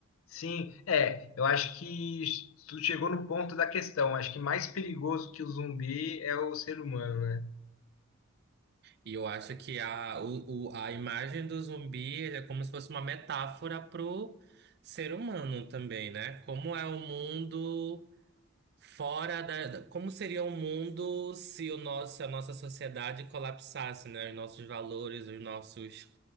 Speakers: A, on the left; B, on the right.
A: Sim, é, eu acho que tu chegou no ponto da questão. Acho que mais perigoso que o zumbi é o ser humano, né?
B: E eu acho que a, o, o- a imagem do zumbi ele é como se fosse uma metáfora pro ser humano também, né? Como é o mundo. Fora da, da- como seria o mundo se o nosso, se a nossa sociedade colapsasse, né? Os nossos valores, os nossos,